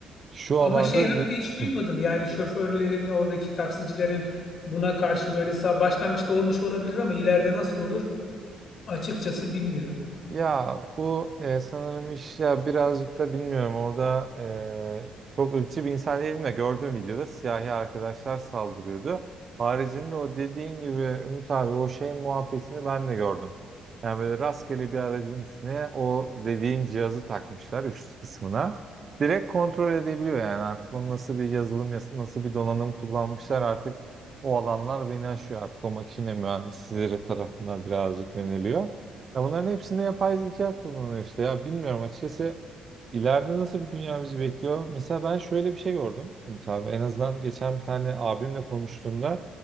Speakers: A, on the right; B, on the left.
A: şu
B: Ama
A: alanda
B: şey haberi
A: li-
B: hiç duymadım
A: Hı
B: yani şoförlerin oradaki taksicilerin buna karşı böyle sağ başlangıçta olmuş olabilir ama ileride nasıl olur açıkçası bilmiyorum.
A: Ya bu e, sanırım iş ya birazcık da bilmiyorum orada e, çok ırkçı bir insan değilim de gördüğüm videoda siyahi arkadaşlar saldırıyordu. Haricinde o dediğin gibi Ümit abi o şeyin muhabbetini ben de gördüm. Yani böyle rastgele bir aracın üstüne o dediğin cihazı takmışlar üst kısmına. Direkt kontrol edebiliyor yani artık onu nasıl bir yazılım nasıl bir donanım kullanmışlar artık o alanlar beni aşıyor artık o makine mühendisleri tarafından birazcık yöneliyor. Ya bunların hepsinde yapay zeka kullanılıyor işte. Ya bilmiyorum açıkçası ileride nasıl bir dünya bizi bekliyor. Mesela ben şöyle bir şey gördüm Ümit abi. En azından geçen bir tane abimle konuştuğumda